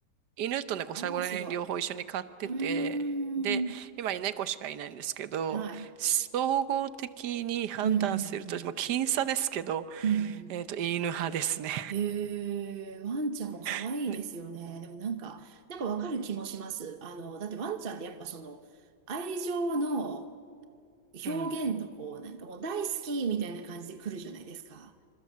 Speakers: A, on the right (about 85°); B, on the right (about 40°).
A: 犬と猫最後ら辺両方一緒に飼ってて、
B: わあ、すごい。うーん。
A: で、今猫しかいないんですけど、
B: はい。
A: 総合的に判断すると、
B: うん、うん、
A: もう僅差ですけど、
B: うん。うん、うん。
A: えっと、犬派ですね。
B: へえ、ワンちゃんも可愛いですよね。
A: で
B: でもなんか、なんかわかる気もします。あの、だってワンちゃんってやっぱその、愛情の
A: うん。
B: 表現のこう、なんかもう大好きみたいな感じで来るじゃないですか。